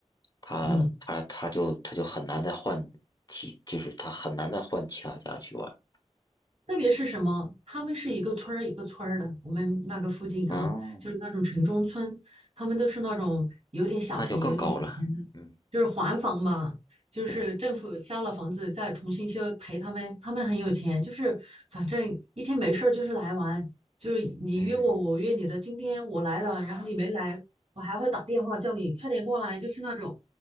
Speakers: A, on the left; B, on the right.
A: 他他他就他就很难再换其，
B: 嗯，
A: 就是他很难再换其他家去玩。
B: 特别是什么，他们是一个村儿一个村儿的，我们那个附近啊，
A: 嗯，
B: 就是那种城中村，他们都是那种有点小钱、
A: 那就更高了。
B: 有点小钱的，
A: 嗯，
B: 就是还房嘛，就是政府销了房子再重新修，
A: 对，
B: 赔他们，他们很有钱，就是反正一天没事儿就是来玩，就是你约我，
A: 嗯，
B: 我约你的，今天我来了，然后你没来，我还会打电话叫你快点过来，就是那种，